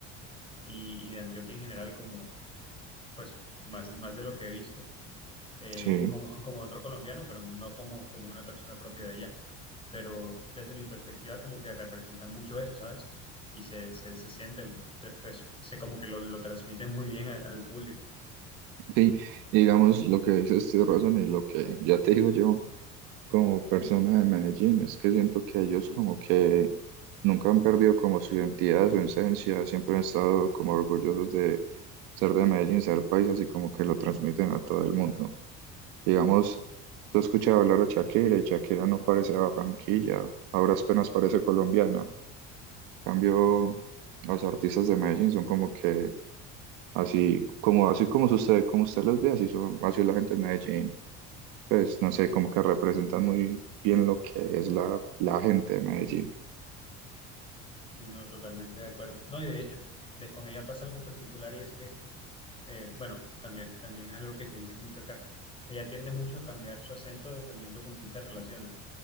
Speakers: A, on the left; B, on the right.
A: y, y de Antioquia en general, como, pues, más, más de lo que he visto eh,
B: sí.
A: como, <laughs> como otro colombiano, pero no como, como una persona propia de allá. Pero desde mi perspectiva, como que representa mucho eso, ¿sabes? Y se, se, se siente, eh, pues, se como que lo, lo transmite <laughs> muy bien al, al público.
B: Sí, y digamos lo que dices, tienes razón, y lo que ya te digo yo. como persona de Medellín, es que siento que ellos como que nunca han perdido como su identidad, su esencia, siempre han estado como orgullosos de ser de Medellín, ser paisas y como que lo transmiten a todo el mundo. Digamos, tú has escuchado hablar a Shakira y Shakira no parece de Barranquilla, ahora apenas parece colombiana. En cambio, los artistas de Medellín son como que así como así como usted, como usted los ve, así son, así es la gente de Medellín pues no sé, como que representan muy bien lo que es la, la gente de Medellín.
A: Y no, totalmente de acuerdo. No, y de hecho, de, con ella pasa algo particular y es que, eh, bueno, también, también es algo que se dice mucho acá. Ella tiende mucho a cambiar su acento dependiendo con quién se relaciona.